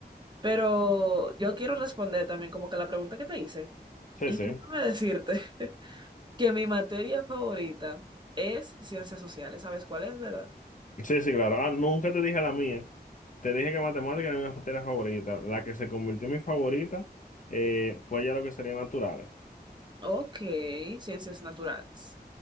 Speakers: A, on the right (about 25°); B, on the left (about 50°).
A: Pero yo quiero responder también como que la pregunta que te hice.
B: Sí,
A: Y
B: sí.
A: déjame decirte <laughs> que mi materia favorita es ciencias sociales. ¿Sabes cuál es, verdad?
B: Sí, sí, claro. Ah, nunca te dije la mía. Te dije que matemática era mi materia favorita. La que se convirtió en mi favorita, eh, fue ya lo que sería naturales.
A: Ok, ciencias naturales.